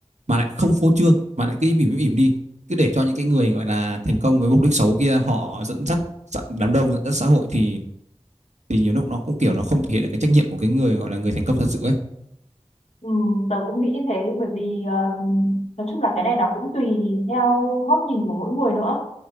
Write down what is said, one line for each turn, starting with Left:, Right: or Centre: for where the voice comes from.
Right: mà lại không phô trương mà lại cứ im ỉm im ỉm đi cứ để cho những cái người gọi là thành công với mục đích xấu kia họ dẫn dắt xã- đám đông dẫn dắt xã hội thì thì nhiều lúc nó cũng kiểu nó không thể hiện được cái trách nhiệm của cái người gọi là người thành công thật sự ấy
Left: Ừ, tớ cũng nghĩ như thế bởi vì ờ, nói chung là cái này nó cũng tùy theo góc nhìn của mỗi người nữa